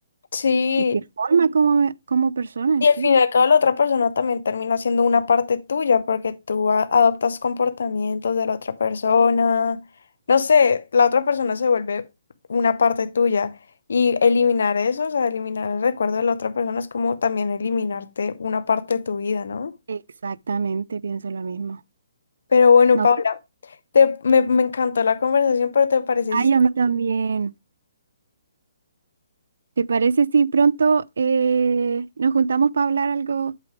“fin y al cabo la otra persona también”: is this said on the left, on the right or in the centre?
Left